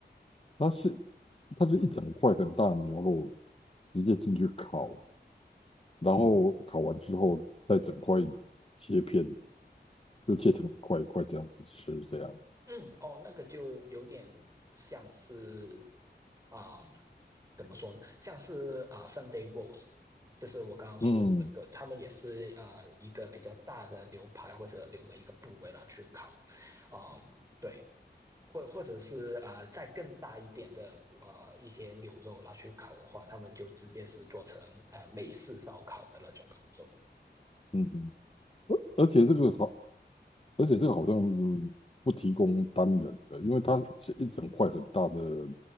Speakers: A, on the left; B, on the right.
A: 它是它是一整块很大的牛肉直接进去烤，然后烤完之后再整块切片，就切成一块一块这样子吃，这样。
B: 嗯，哦，那个就有点像是，啊、怎么说呢？像是啊、Sunday roast，就是我刚刚说的那个，
A: 嗯
B: 他们也是啊、一个比较大的牛排或者牛的一个部位拿去烤，啊、对，或或者是啊、再更大一点的啊、一些牛肉拿去烤的话，他们就直接是做成呃美式烧烤的那种烤肉。
A: 嗯嗯，而且这个好而且这个好像嗯不提供单人的，因为它是一整块很大的